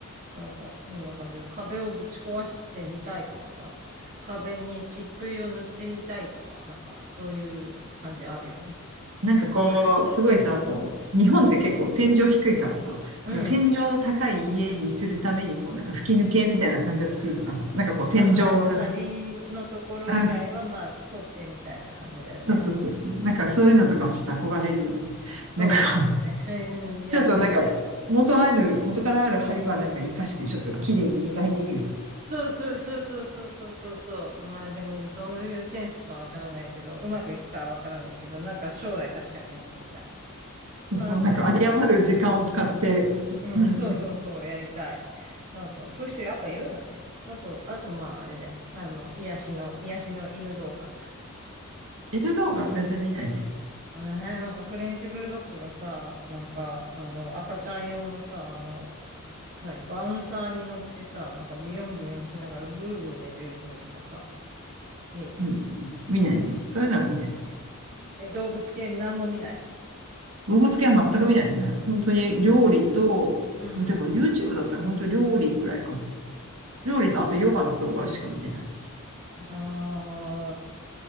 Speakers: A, on the right; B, on the right.
A: なんか、そんな感じで、壁をぶち壊してみたいとかさ、壁に漆喰を塗ってみたいとか、なんか、そういう感じあるよね。
B: なんかこう、すごいさ、こう、日本って結構天井低いからさ、
A: うん。
B: なんか天井の高い家にするために、こう、なんか吹き抜けみたいな感じを作るとかさ、なんかこう、天井をなんか、
A: あ、は、梁のところ以外は、
B: あ、す
A: まあ、取ってみたいな感じだよね。
B: そうそうそうそう、なんかそういうのとかもちょっと憧れるよね。なんかこう、
A: そうだね。はい、うん、やってみたい。
B: ちょっとなんか、元ある、元からある梁はなんか活かして、ちょっと綺麗に磨いてみるとか。
A: そうそうそうそうそうそうそうまあでも、どういうセンスかわからないけど、うまくいくかはわからないけど、なんか将来確かにやってみたい。
B: そうそう、
A: まああと、
B: なんか有り余る時間を使って、
A: うん、
B: うん、
A: そうそうそう、やりたい。なんか、そういう人やっぱいるんだね。あと、あとまああれだよ。あの、癒しの、癒しの犬動画。
B: 犬動画は全然見ないね。
A: えー、なんかフレンチブルドッグがさ、なんか、あの、赤ちゃん用のさ、あの、何、バウンサーに乗ってさ、なんかビヨンビヨンしながらグーグー寝てるのとかさ、見る。
B: うん、見ないね。そういうのは見ない。
A: え、動物系なんも見ない。
B: 動物系は全く見ないね。本当に料理と、
A: うん。
B: てか YouTube だったら本当料理ぐらいかも。料理とあとヨガの動画しか見てない。
A: 料理ああー、